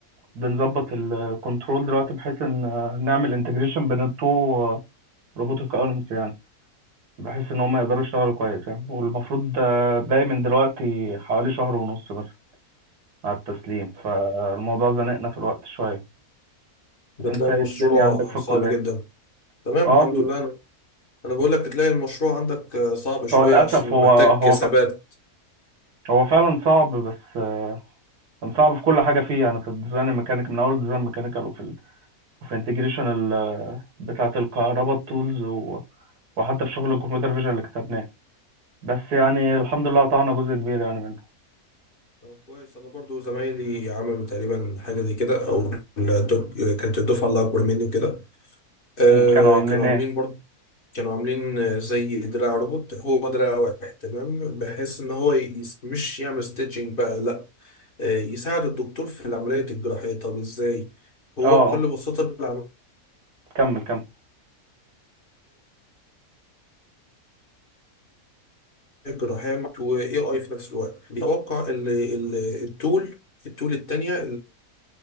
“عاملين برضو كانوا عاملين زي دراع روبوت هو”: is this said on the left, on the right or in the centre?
Left